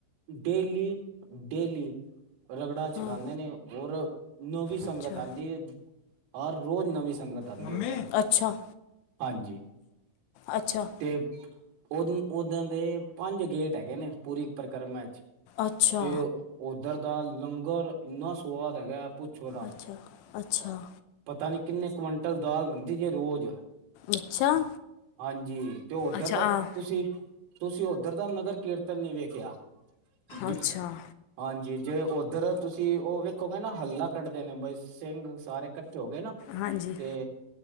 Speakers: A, on the right; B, on the left.
A: ਡੇਲੀ-ਡੇਲੀ ਰਗੜਾ ਛਕਾਂਦੇ
B: ਹਾਂ
A: ਨੇ, ਔਰ ਨਵੀਂ ਸੰਗਤ
B: ਅੱਛਾ
A: ਆਂਦੀ ਏ। ਹਰ ਰੋਜ਼ ਨਵੀਂ ਸੰਗਤ ਆਂਦੀ
B: ਮੰਮੀ
A: ਐ ਓਦਰ,
B: ਅੱਛਾ
A: ਹਾਂਜੀ।
B: ਅੱਛਾ।
A: ਤੇ ਉਹਦੇ ਉਦਾਂ ਦੇ ਪੰਜ ਗੇਟ ਹੈਗੇ ਨੇ, ਪੂਰੀ ਪਰਿਕਰਮਾ ਵਿੱਚ।
B: ਅੱਛਾ
A: ਤੇ ਓਦਰ ਦਾ ਲੰਗਰ ਇੰਨਾ ਸਵਾਦ ਹੈਗਾ। ਪੁੱਛੋ ਰਾ,
B: ਅੱਛਾ ਅੱਛਾ
A: ਪਤਾ ਨੀ ਕਿੰਨੇ ਕੁਅੰਟਲ ਦਾਲ ਬਣਦੀ ਜੇ ਰੋਜ਼।
B: ਅੱਛਾ
A: ਹਾਂਜੀ, ਤੇ ਓਦਰ
B: ਅੱਛਾ
A: ਦਾ
B: ਆ
A: ਤੁਸੀਂ ਤੁਸੀਂ ਓਦਰ ਦਾ ਨਗਰ ਕੀਰਤਨ ਨੀ ਵੇਖਿਆ, ਜੀ।
B: ਅੱਛਾ
A: ਹਾਂਜੀ, ਜੇ ਓਦਰ ਤੁਸੀਂ ਉਹ ਵੇਖੋਗੇ ਨਾ ਹੱਲਾ ਕੱਢਦੇ ਨੇ ਬਈਸ। ਸਿੰਘ ਸਾਰੇ ਕੱਠੇ ਹੋ ਕੇ ਨਾ। ਤੇ
B: ਹਾਂਜੀ